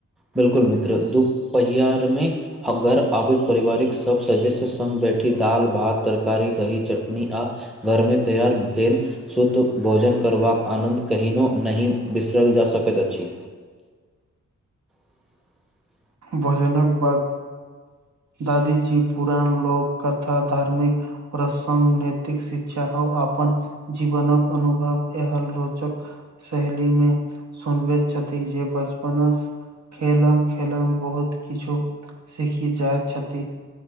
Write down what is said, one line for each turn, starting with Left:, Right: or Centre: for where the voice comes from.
Centre: बिल्कुल मित्र दुपहिया आर मे घर आबति पारिवारिक सभ सदस्य सङ्ग बैठी दालि भात तरकारी दही चटनी आ घर मे तैयार भेल शुद्ध भोजन करबाक आनन्द कहिनो नहि बिसरल जा सकति अछि <unintelligible>
Right: भोजनक बाद दादी जी पुरान लोक कथा धार्मिक प्रसंग नैतिक शिक्षा आव अपन जीवनक अनुभव एहल रोचक सहेली मे सुनबति छथि जे बचपना स खेलम खेलम बहुत किछो सीखी जाय छथि